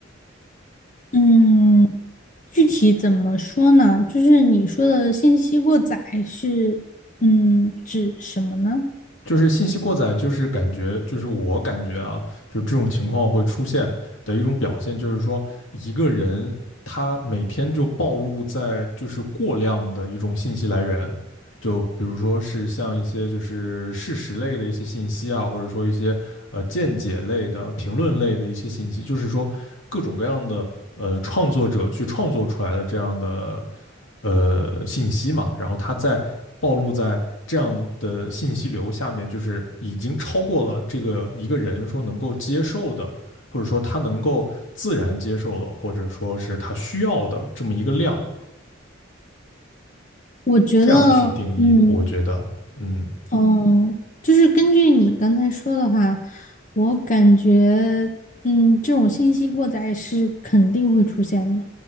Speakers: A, on the left (about 40°); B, on the left (about 80°).
A: 嗯，具体怎么说呢？就是你说的信息过载是，嗯，指什么呢？
B: 就是信息过载，就是感觉，就是我感觉啊，就这种情况会出现的一种表现，就是说一个人他每天就暴露在就是过量的一种信息来源，就比如说是像一些就是事实类的一些信息啊，或者说一些呃见解类的、评论类的一些信息，就是说各种各样的呃创作者去创作出来的这样的呃信息嘛，然后它在暴露在这样的信息流下面，就是已经超过了这个一个人说能够接受的，或者说他能够自然接受的，或者说是他需要的这么一个量，
A: 我觉得，
B: 这样去定义，
A: 嗯，
B: 我觉得，嗯
A: 哦，就是根据你刚才说的话，我感觉，嗯，这种信息过载是肯定会出现的。